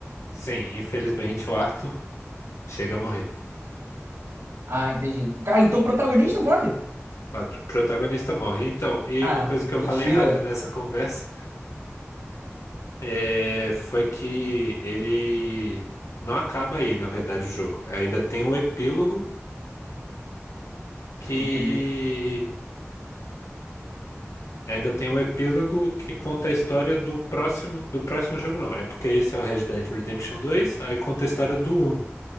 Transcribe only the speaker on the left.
Sim, infelizmente o Arthur chega a morrer.
Pat- Protagonista morre. Então, e
uma coisa
que eu falei errada nessa conversa é, foi que ele não acaba aí, na verdade, o jogo. Ainda tem um epílogo que
ainda tem um epílogo que conta a história do próximo do próximo jogo, não. É porque esse é o Red Dead Redemption dois aí conta a história do um